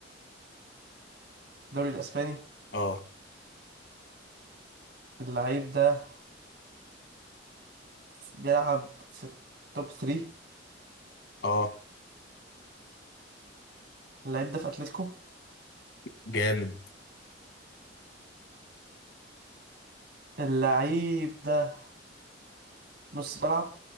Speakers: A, on the right (about 55°); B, on the left (about 70°).
A: الدوري الاسباني
B: اه
A: اللعيب ده بيلعب في التوب 3
B: اه
A: اللعيب ده في اتلتيكو
B: جامد
A: اللعيب ده نص ملعب